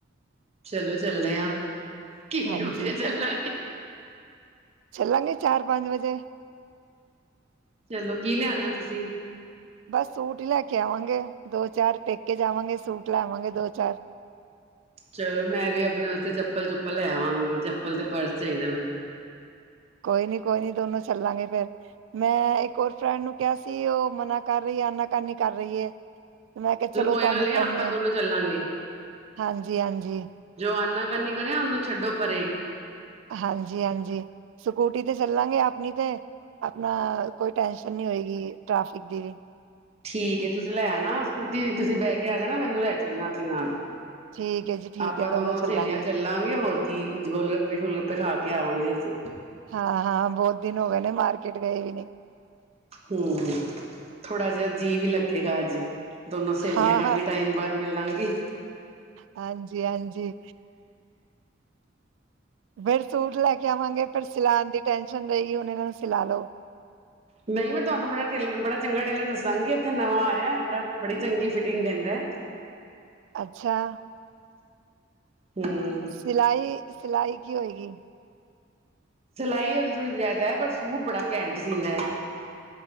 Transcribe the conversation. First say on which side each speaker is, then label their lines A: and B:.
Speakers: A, on the right (about 35°); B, on the right (about 75°).
A: ਚਲੋ ਚੱਲਦੇ ਆ, ਕਿੰਨੇ
B: ਹਾਂਜੀ
A: ਵਜੇ ਚੱਲਣਾ ਜੀ।
B: ਚੱਲਾਂਗੇ ਚਾਰ ਪੰਜ ਵਜੇ।
A: ਚਲੋ ਕੀ ਲਿਆਣਾ ਤੁਸੀਂ?
B: ਬਸ ਸੂਟ ਹੀ ਲੈ ਕੇ ਆਵਾਂਗੇ ਦੋ -ਚਾਰ ਪੇਕੇ ਜਾਵਾਂਗੇ ਸੂਟ ਲੈਵਾਂਗੇ ਦੋ- ਚਾਰ।
A: ਚਲੋ ਮੈਂ ਵੀ ਆਪਣੇ ਵਾਸਤੇ ਚੱਪਲ ਚੁੱਪਲ ਲੈ ਆਵਾਗੀ, ਚੱਪਲ ਤੇ ਪਰਸ ਚਾਹੀਦਾ ਮੈਨੂੰ।
B: ਕੋਈ ਨੀ, ਕੋਈ ਨੀ ਦੋਨੋਂ ਚੱਲਾਂਗੇ ਫੇਰ। ਮੈਂ ਇੱਕ ਹੋਰ ਫਰੈਂਡ ਨੂੰ ਕਿਹਾ ਸੀ ਉਹ ਮਨਾ ਕਰ ਰਹੀ ਹੈ ਆਨਾ ਕਾਨੀ ਕਰਨੀ ਕਰ ਰਹੀ ਹੈ। ਮੈਂ ਕਿਹਾ ਚਲੋ ਤੁਹਾਨੂੰ
A: ਕੋਈ ਗੱਲ ਨੀ
B: ਕਹਿੰਦੇ
A: ਆਪਾਂ
B: ਆ।
A: ਦੋਨੋਂ ਚੱਲਾਂਗੇ
B: ਹਾਂਜੀ, ਹਾਂਜੀ।
A: ਜੋ ਆਨਾ ਕਾਨੀ ਕਰੇ ਉਹਨੂੰ ਛੱਡੋ ਪਰੇ।
B: ਹਾਂਜੀ, ਹਾਂਜੀ। ਸਕੂਟੀ ਤੇ ਚੱਲਾਂਗੇ ਆਪਣੀ ਤੇ ਆਪਣਾ ਕੋਈ ਟੈਨਸ਼ਨ ਨਹੀਂ ਹੋਏਗੀ ਟ੍ਰੈਫਿਕ ਦੀ ਵੀ।
A: ਠੀਕ ਹੈ ਤੁਸੀਂ ਲੈ ਆਣਾ ਸਕੂਟੀ ਤੁਸੀਂ ਬਹਿ ਕੇ ਆ ਜਾਣਾ ਮੈਨੂੰ ਲੈ ਚੱਲਣਾ ਆਪਣੇ ਨਾਲ
B: ਠੀਕ ਹੈ ਜੀ ਠੀਕ
A: ਆਪਾਂ
B: ਹੈ ਦੋਨੋ ਚੱਲਾਂਗੇ।
A: ਸਹੇਲੀਆਂ ਚੱਲਾਂਗੇ ਹੋਰ ਕੀ ਕੁੱਝ ਗੋਲ ਗੱਪੇ ਗੂਲ ਗੱਪੇ ਖਾ ਕੇ ਆਵਾਂਗੇ ਅਸੀ
B: ਹਾਂ ਹਾਂ ਬਹੁਤ ਦਿਨ ਹੋ ਗਏ ਨੇ ਮਾਰਕੀਟ ਗਏ ਵੀ ਨਹੀਂ
A: ਹਮ ਥੋੜਾ ਜਿਹਾ ਜੀਅ ਵੀ ਲੱਗੇਗਾ ਅੱਜ ਦੋਨੋ ਸਹੇਲੀਆਂ
B: ਹਾਂ
A: ਕਾਫ਼ੀ
B: ਹਾਂ
A: ਟਾਈਮ ਬਾਅਦ ਮਿਲਾਂਗੇ
B: ਹਾਂਜੀ ਹਾਂਜੀ। ਫਿਰ ਸੂਟ ਲੈ ਕੇ ਆਵਾਂਗੇ ਫਿਰ ਸਿਲਾਉਣ ਦੀ ਟੈਸ਼ਨ ਰਹੇਗੀ ਹੁਣ ਇਹਨਾਂ ਨੂੰ ਸਲਾਹ ਲਓ
A: ਨਹੀਂ ਮੈਂ ਤੁਹਾਨੂੰ ਬੜਾ ਟੇਲਰ ਬੜਾ ਚੰਗਾ ਟੇਲਰ ਦੱਸਾਂਗੀ ਇੱਥੇ ਨਵਾਂ ਆਇਆ ਬੜਾ ਬੜੀ ਚੰਗੀ ਫਿਟਿੰਗ ਦਿੰਦਾ ਹੈ।
B: ਅੱਛਾ
A: ਹਮ
B: ਸਿਲਾਈ ਸਿਲਾਈ ਕੀ ਹੋਏਗੀ
A: ਸਿਲਾਈ ਉਹਦੀ ਥੋੜ੍ਹੀ ਜਿਆਦਾ ਹੈ ਪਰ ਸੂਟ ਬੜਾ ਘੈਂਟ ਸੀਦਾ ਹੈ